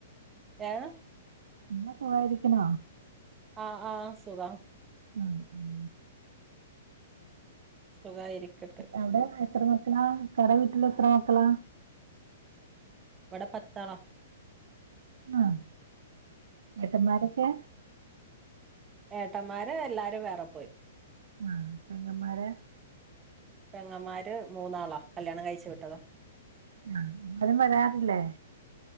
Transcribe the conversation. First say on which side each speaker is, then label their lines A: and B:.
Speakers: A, on the right; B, on the right.
A: ഏഹ്
B: ഉമ്മ സുഖായിരിക്ക്ണോ
A: ആഹ് ആഹ് സുഖാണ്
B: ആ ആഹ് ഉം
A: സുഖായിരിക്കട്ട്
B: അവടെ എത്ര മക്കളാ ഇക്കാടെ വീട്ടില് എത്ര മക്കളാ
A: ഇവടെ പത്താളാ
B: ആഹ് ഏട്ടന്മാരൊക്കെ
A: ഏട്ടന്മാരെല്ലാരും വേറെ പോയി
B: ആഹ് പെങ്ങമാര്
A: പെങ്ങമാര് മൂന്നാളാ കല്യാണം കഴിച്ചു വിട്ടതാ
B: ആഹ് ആരും വരാറില്ലേ